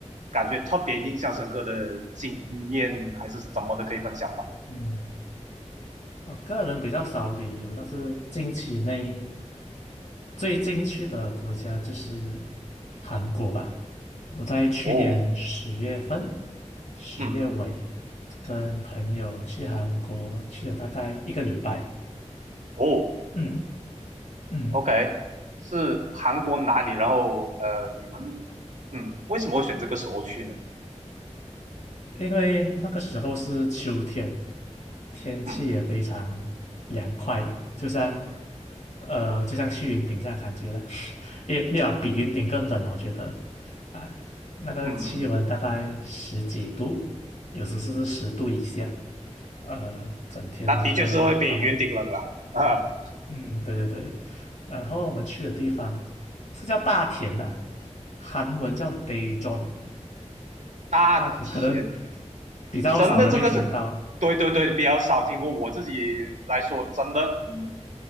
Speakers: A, on the right; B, on the left.
A: 感觉特别印象深刻的经验还是怎么的，可以分享吗？
B: 嗯，我个人比较少旅游，但是近期内最近去的国家就是韩国吧。我在去年十月份、
A: 哦，
B: 十月尾跟朋友去韩国，
A: 嗯嗯，
B: 去了大概一个礼拜。
A: 哦
B: 嗯嗯。
A: ，OK，是韩国哪里？然后呃，你们嗯为什么会选这个时候去呢？
B: 因为那个时候是秋天，天气也非常凉快，
A: 嗯
B: 就像呃，就像去云顶这样感觉了，<laughs> 也没有啊比云顶更冷啊我觉得啊，那个气温大概十几度，
A: 嗯嗯
B: 有时是十度以下，呃，整天都是这样。
A: 那的确是会比云顶冷了啊。
B: 然后，嗯，对对对，然后我们去的地方是叫大田呐、啊，韩文叫 Daejeon。
A: 大田
B: 大田可能比较少人会听到
A: 真的这个是，对对对，比较少听过。我自己来说，真的，嗯，